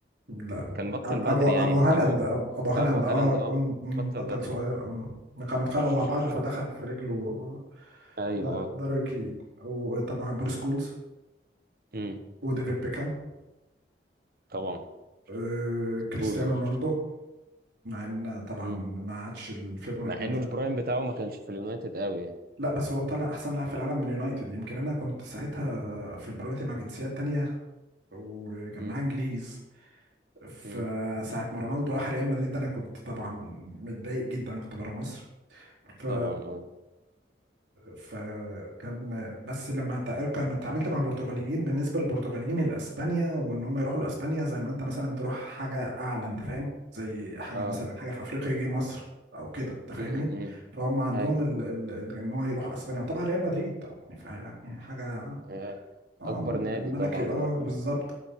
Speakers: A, on the right; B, on the right.
A: لا
B: كان بطل
A: أب-
B: بدري
A: ابو ابو
B: يعني
A: هالاند
B: ابوه
A: أب- ابو هالاند
B: ابو هالاند
A: اه
B: اه
A: أم- أم،
B: بطل
A: بطل
B: بدري
A: صغير اه كانوا اتخانقوا مع
B: مم.
A: بعض فدخل في رجله
B: ايوه
A: ده داروي كي وطبعا بوريس كولز
B: امم
A: وديفيد بيكهام
B: طبعا
A: آه
B: اسطوري
A: كريستيانو
B: ده.
A: رونالدو مع ان طبعا
B: مم.
A: ما عادش الفيفوريت
B: مع
A: من
B: انه
A: ساعه
B: البرايم بتاعه ما كانش في اليونايتد قوي يعني
A: لا بس هو طلع احسن لاعب في العالم من اليونايتد يمكن انا كنت ساعتها في البرامتي مع جنسيات تانية وكان
B: امم
A: معاه انجليز فساعة
B: امم
A: ما رونالدو راح ريال مدريد ده انا كنت طبعا متضايق جدا كنت بره مصر ف
B: طبعا اه
A: فكان بس لما تع- كان اتعاملت مع البرتغاليين بالنسبه للبرتغاليين الاسبانيا وان هم يروحوا لاسبانيا زي ما انت مثلا تروح حاجه اعلى انت فاهم زي حاجه
B: اه
A: مثلا حاجه في افريقيا يجي مصر او كده انت فاهمني
B: امم امم
A: فهم عندهم
B: ايوه
A: ال... ال... ال- ان هو يروح اسبانيا وطبعا ريال مدريد طبعا فيعني حاجه
B: آه.
A: اه
B: اكبر
A: من
B: نادي
A: الملكي
B: طبعا
A: اه
B: بره
A: بالظبط
B: يعني